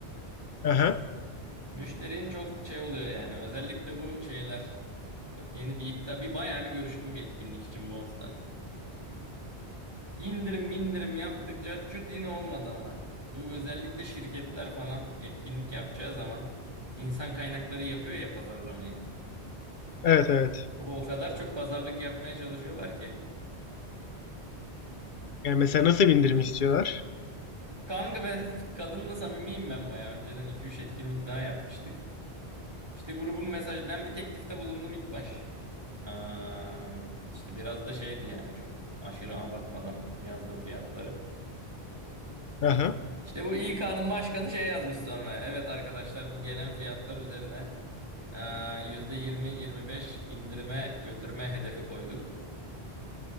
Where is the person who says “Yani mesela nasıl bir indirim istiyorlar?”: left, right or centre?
Left